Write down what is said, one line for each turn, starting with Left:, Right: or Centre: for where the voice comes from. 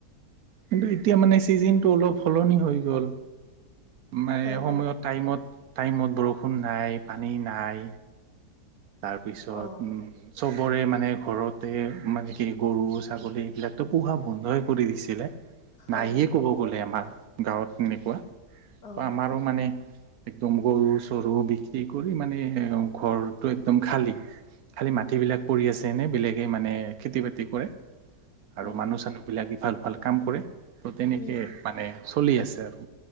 Right: কিন্তু এতিয়া মানে ছিজনটো অলপ সলনি হৈ গ'ল। মানে
Left: হয়
Right: সময়ত
Left: হয়
Right: টাইমত টাইমত বৰষুণ নাই পানী নাই। তাৰপিছত
Left: অ
Right: চবৰে মানে ঘৰতে মানে কি গৰু ছাগলী এইবিলাকতো পোহা বন্ধই কৰি দিছিলে।
Left: হয়
Right: নাইে ক'ব গ'লে আমাৰ গাঁৱত এনেকুৱা
Left: অ
Right: আমাৰো মানে একদম গৰু চৰু বিক্ৰী কৰি মানে ঘৰ একদম খালী খালী মাটিবিলাক পৰি আছে এনে বেলেগে মানে খেতি বাতি কৰে। আৰু
Left: অ
Right: মানুহ চানুহ বিলাকে ভাল, ভাল কাম কৰে ত' তেনেকে
Left: উম
Right: মানে চলি আছে আৰু।